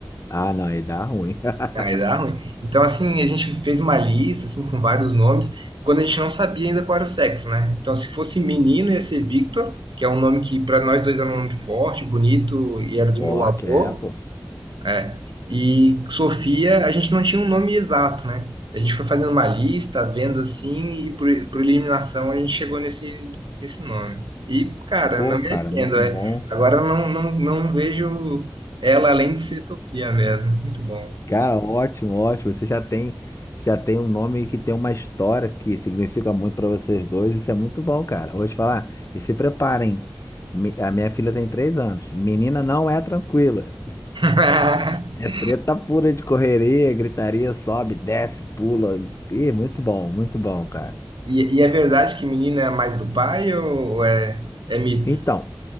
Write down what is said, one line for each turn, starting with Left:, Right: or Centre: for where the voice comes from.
Left: Ah, não, aí dá ruim. <laughs>
Right: Aí dá ruim. Então, assim, a gente fez uma lista, assim, com vários nomes, quando a gente não sabia ainda qual era o sexo, né? Então, se fosse menino, ia ser Victor, que é um nome que para nós dois era um nome forte, bonito, e era
Left: Forte,
Right: do meu avô.
Left: é, pô.
Right: É. E Sofia, a gente não tinha um nome exato, né? A gente foi fazendo uma lista, vendo assim, e por, por eliminação a gente chegou nesse, nesse nome. E, cara,
Left: Pô,
Right: não me
Left: cara,
Right: arrependo,
Left: muito
Right: é.
Left: bom.
Right: Agora eu não, não, não vejo ela além de ser Sofia mesmo. Muito bom.
Left: Cara, ótimo, ótimo. Você já tem, já tem um nome que tem uma história que significa muito pra vocês dois. Isso é muito bom, cara. Vou te falar, e se preparem. Mi- A minha filha tem três anos. Menina não é tranquila.
Right: <laughs>
Left: É treta pura de correria, gritaria, sobe, desce, pula. Ih, muito bom, muito bom, cara.
Right: E, e é verdade que menina é mais do pai ou, ou é, é mito?
Left: Então,